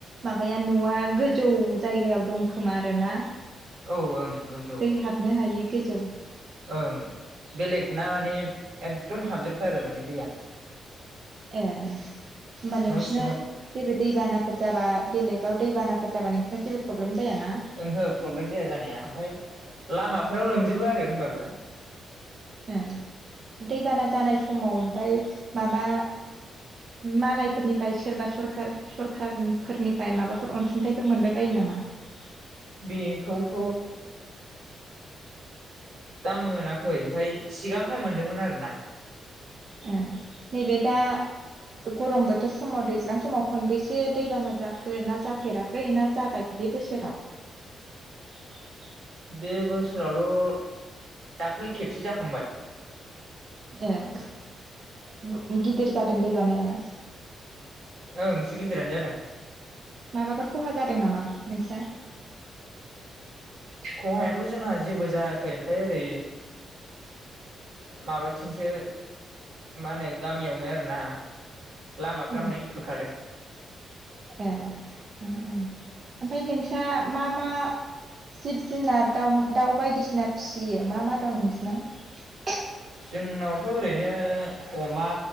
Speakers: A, on the right; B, on the right.
A: माबाया न'आ गोजौ जायगायाव दंखोमा आरोना?
B: औ ओं गोजौ
A: दै हाबनो हायि गोजौ
B: ओं बेलेगना माने एकदम हाबजोबथारो माने दैया
A: ए होमबा नोंसोरना
B: न' सिङाव
A: जेरै दैबानाफोर जाबा बेलेगाव दैबानाफोर जाबा नोंथांङा जेबो प्रब्लेम जायाना
B: ओंहो प्रब्लेम जाया जानाया ओमफ्राय लामाफोराव लोमजोबो आरो होमबाबो
A: ओ दैबाना जानाय समाव ओमफ्राय माबा मालायफोरनिफ्राय सोरबा सरखार सरखारफोरनिफ्राय माबाफोर अनसुंथाइफोर मोनबाय बायो नामा? <inaudible> <unintelligible>
B: बेखौथ' दा मोना खै ओमफ्राय सिगांहाय मोनदोंमोन आरो ना।
A: ओ नैबे दा गरम बोथोर समाव दैज्लां समाव खनबैसे दैबाना जाखो ना जाफेराखै ना जाबाय बे बोसोराव <inaudible> <unintelligible>
B: बे बोसोरावथ' दाख्लै खेबसे जाखांबाय
A: ए गिदिर जादों दै बानाया
B: ओं एसे गिदिरानो जादों।
A: माबाफोर खहा जादों नामा नोंस्रा?
B: खहायाथ' जोंहा जेबो जायाखै ओमफ्राय ओरै माबाथिंसो मा होनो गामियावनो आरोना लामाफ्रा
A: ओ
B: माने खुरखादों
A: ए ओमफ्राय ओ ओ नोंस्रा मा मा जिब जुनार दाउ बायदिसिना फिसियो मा मा दं नोंसिनाव
B: जोंनावथ' ओरैनो अमा